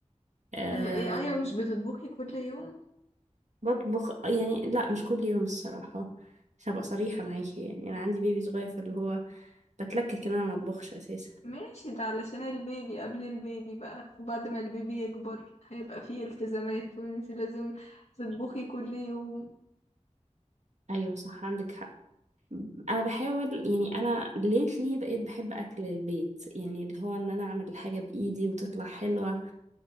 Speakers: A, on the right; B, on the left.
A: أه
B: إيه- إيه، ايوه مش بتطبخي كل يوم
A: بطبخ يعني لا مش كل يوم الصراحة عشان ابقى صريحة معاكي يعني انا عندي بيبي صغير فاللي هو بتلكك ان انا ما اطبخش اساسا
B: ماشي ده علشان البيبي قبل البيبي بقى وبعد ما البيبي يكبر هيبقى فيه التزامات وانت لازم تطبخي كل يوم
A: ايوه صح عندك حق انا بحاول يعني انا ليتلي بقيت بحب اكل البيت يعني اللي هو ان انا اعمل الحاجه بايدي وتطلع حلوه